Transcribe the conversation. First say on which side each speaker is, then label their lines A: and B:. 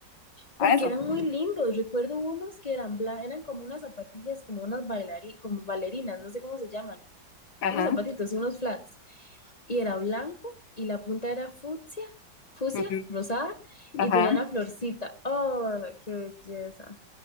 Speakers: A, on the left; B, on the left.
A: a
B: porque
A: eso.
B: eran muy lindos. Recuerdo unos que eran bla, eran como unas zapatillas, como unas bailarí, como bailarinas, no sé cómo se llaman.
A: Ajá,
B: unos zapatitos, unos flats, y era blanco y la punta era fucsia, fucsia,
A: ujú,
B: rosada,
A: ajá,
B: y tenía una florcita. ¡Oh, qué belleza!